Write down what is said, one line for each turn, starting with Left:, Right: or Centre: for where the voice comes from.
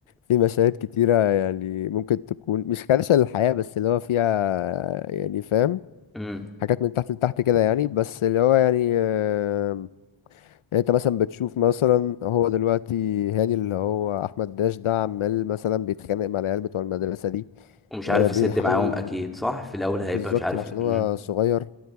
Left: في مشاهد كتيرة يعني ممكن تكون مش خادشة للحياة بس اللي هو فيها يعني فاهم
Centre: امم
Left: حاجات من تحت لتحت كده يعني بس اللي هو يعني آه، يعني انت مثلا بتشوف مثلا هو دلوقتي هاني اللي هو احمد داش ده عمال مثلا بيتخانق مع العيال بتوع المدرسه دي
Centre: ومش
Left: آه،
Centre: عارف
Left: بيحاول
Centre: يسد معاهم اكيد صح في الاول
Left: بالظبط
Centre: هيبقى مش عارف
Left: عشان
Centre: ي...
Left: هو
Centre: مم.
Left: صغير